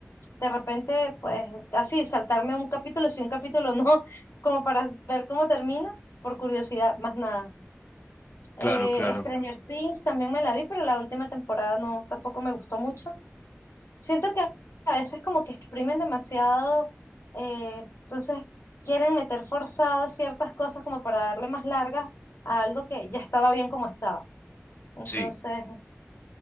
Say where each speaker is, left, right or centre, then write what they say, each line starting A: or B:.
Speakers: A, on the left (about 70°); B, on the left (about 45°).
A: de repente, pues así, saltarme un capítulo, si un capítulo no, <laughs> como para ver cómo termina, por curiosidad, más nada.
B: Claro,
A: Eh,
B: claro.
A: Stranger Things también me la vi, pero la última temporada no, tampoco me gustó mucho. Siento que a veces como que exprimen demasiado, eh, entonces quieren meter forzadas ciertas cosas como para darle más largas a algo que ya estaba bien como estaba. Entonces,
B: Sí,